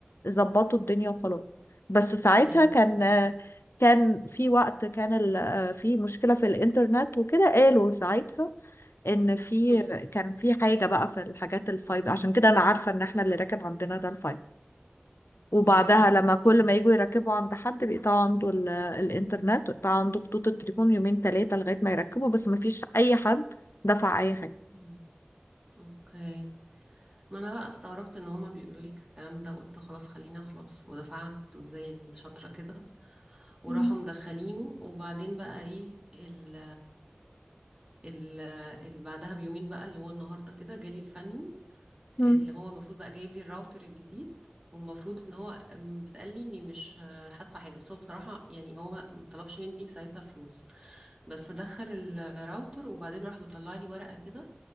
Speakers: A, on the left; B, on the right.
A: ظبطوا الدنيا وخلاص بس ساعتها
B: ايوه
A: كان
B: أيوه.
A: كان في وقت كان ال- في مشكلة في الانترنت وكده قالوا ساعتها ان في
B: مم.
A: كان في حاجه بقى في الحاجات الفايب عشان كده انا عارفه ان احنا اللي راكب عندنا ده الفايب وبعدها
B: مم.
A: لما كل
B: اوكي
A: ما يجوا يركبوا عند حد بيقطع عنده ال- الانترنت ويقطع عنده خطوط التليفون يومين ثلاثه لغايه ما يركبوا بس ما فيش اي حد دفع اي حاجه
B: مم. اوكي ما انا بقى استغربت ان هما بيقولوا لي الكلام ده وقلت خلاص خليني اخلص ودفعت زي الشاطرة كده وراحوا
A: مم.
B: مدخلينه وبعدين بقى ايه ال ال ال بعدها بيومين بقى اللي هو النهارده كده جالي الفني
A: مم.
B: اللي هو المفروض بقى جايب لي الراوتر الجديد والمفروض ان هو م- بتقال لي اني مش آه، هدفع حاجه بس هو بصراحه يعني هو ما ما طلبش مني في ساعتها فلوس بس دخل الراوتر وبعدين راح مطلع لي ورقه كده